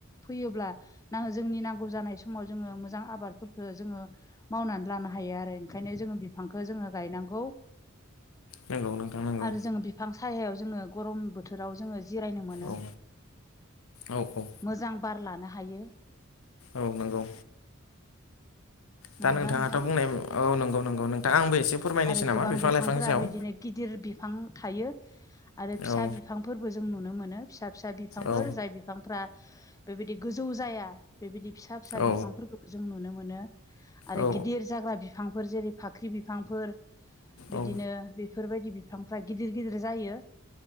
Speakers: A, on the left; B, on the left.
A: फैयोब्लाो जोंनि नांगौ जानाय समाव जोङो मोजां आबादफोरखौ जोङो मावनानै लानो हायो आरो ओंखायनो जोङो बिफांखौ जोङो गायनांगौ
B: नांगौ नोंथां नांगौ
A: आरो जोङो बिफां सायायाव जोङो गरम बोथोराव जोङो जिरायनो मोनो
B: औ औ औ
A: मोजां बार लानो हायो
B: औ नंगौ
A: नंगौना
B: दा नोंथाङाथ'
A: नोंथां
B: बुंनाय औ नंगौ नंगौ नोंथां
A: औ
B: आंबो एसे फोरमायनोसै
A: आरो
B: नामा
A: गोबां
B: बिफां
A: बिफांफोरा
B: लाइफांनि सायाव
A: बिदिनो गिदिर बिफां थायो आरो फिसा
B: औ
A: बिफां बिफांफोरबो जों नुनो मोनो फिसा फिसा बिफांफोर
B: औ
A: जाय बिफांफ्रा बेबायदि गोजौ जाया बेबायदि फिसा फिसा
B: औ
A: बिफांफोरखौबो जों नुनो मोनो आरो
B: औ
A: गिदिर जाग्रा बिफांफोर जेरै फाख्रि बिफांफोर बिदिनो
B: औ
A: बेफोरबायदि बिफांफ्रा गिदिर गिदिर जायो